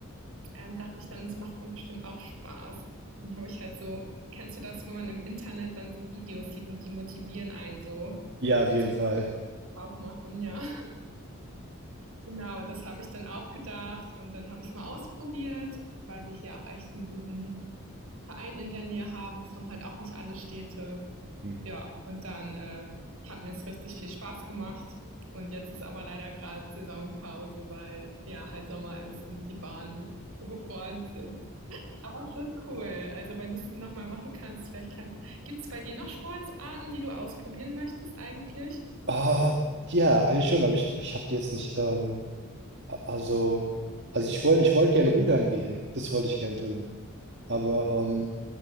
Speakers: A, on the right (about 70°); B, on the right (about 50°).
A: ähm, dachte ich dann, es macht mir bestimmt auch Spaß. Dann habe ich halt so kennst du das, wenn man im Internet dann so Videos sieht und die motivieren einen so?
B: Ja, auf jeden
A: Das muss
B: Fall.
A: ich auch machen, ja. Genau, das habe ich dann auch gedacht und dann habe ich es mal ausprobiert, weil wir hier auch echt einen guten Verein in der Nähe haben. Es haben halt auch nicht alle Städte.
B: Hm.
A: Ja, und dann äh, hat mir es richtig viel Spaß gemacht. Und jetzt ist aber leider gerade Saisonpause, weil ja halt Sommer ist und die Bahnen so gefroren sind. Aber es ist cool. Also wenn du es nochmal machen kannst, vielleicht kannst. Gibt es bei dir noch Sportarten, die du ausprobieren möchtest eigentlich?
B: Ah, ja, eigentlich schon, aber ich, ich habe die jetzt nicht, ähm, a- also, also ich wollte, ich wollte gern rudern gehen. Das wollte ich gern tun. Aber ähm,